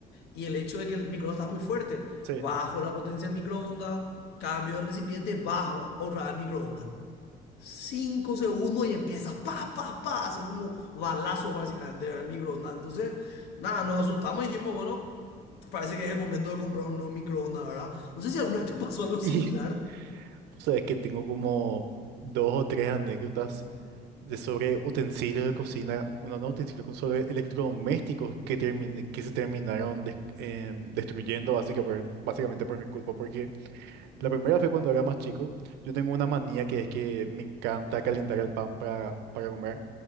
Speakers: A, on the left; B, on the right.
A: y el hecho de que el microondas estaba muy fuerte?
B: sí.
A: Bajo la potencia del microondas, cambio de recipiente, bajo, ahorrar el microondas. Cinco segundos y empieza pa, pa, pa, a hacer como balazos básicamente, ¿verdad? El microondas. Entonces, nada, nos asustamos y dijimos, bueno, parece que es el momento de comprar un nuevo microondas, ¿verdad? No sé si alguna vez te pasó algo
B: Y
A: similar.
B: sabes que tengo como dos o tres anécdotas de sobre utensilios de cocina, bueno, no utensilios, con sobre electrodomésticos que terminé- que se terminaron des- em, destruyendo básica por- básicamente por mi culpa, porque La primera fue cuando era más chico. Yo tengo una manía que es que me encanta calentar el pan para, para comer.